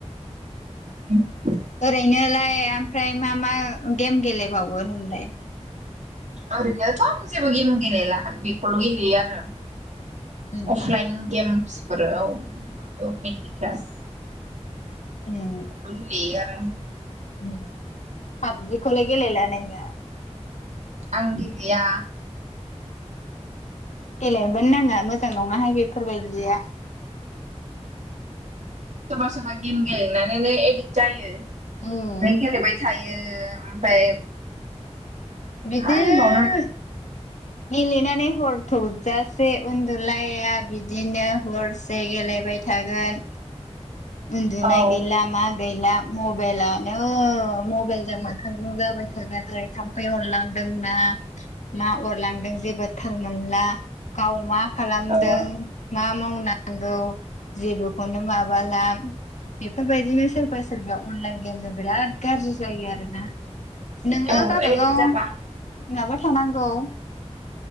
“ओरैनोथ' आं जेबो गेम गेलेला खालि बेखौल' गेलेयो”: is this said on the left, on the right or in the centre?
Right